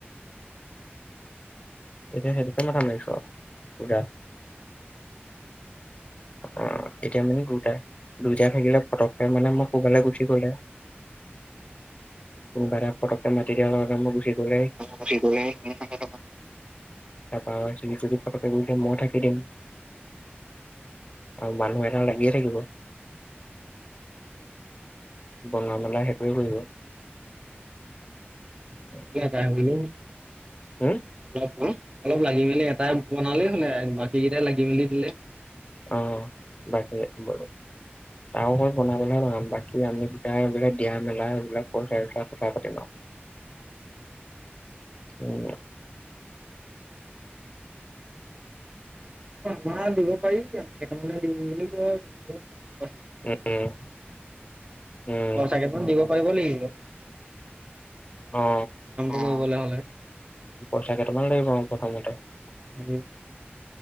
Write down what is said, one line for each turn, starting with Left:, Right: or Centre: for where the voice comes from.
Left: এতিয়া সেইটোকে মাথা মাৰিছো আৰু আহ এতিয়া মানে দুটাই দুইটাই থাকিলে পটককে মানে মই কোনবালে গুচি গলে কোনোবা এটা পটককে মাতি দিয়াৰ লগ লগ মই গুচি গলে
Right: অ সে <unintelligible>
Left: তাৰাপা চুলিত চিত ফটকে কৰি ময় থাকি দিম আৰু মানুহ এটা লাগিয়ে থাকিব বঙ মেলা সেইটোৱে কৰিব
Right: <unintelligible>
Left: উম
Right: অলপ অলপ লাগি মেলি এটাই বনালেই হলে বাকী কেইটাই লাগি মেলি দিলে,
Left: অহ বাকী তাৰঘৰত বনাবলে ন বাকী আমি এইবিলাক দিয়া মেলা এইবিলাক পইচা চাইছা কথা পাতি ল উম।
Right: তোমাৰ দিব পাৰি আমাৰ কেইটামানে দিম বুলি কৈ আছে।
Left: উম উম
Right: পাইচাগেইটা দিব। কৰিব লাগিব।
Left: অ
Right: বু গলে হলে।
Left: পইচা কেইটামান লাগিব প্ৰথমতে।
Right: উ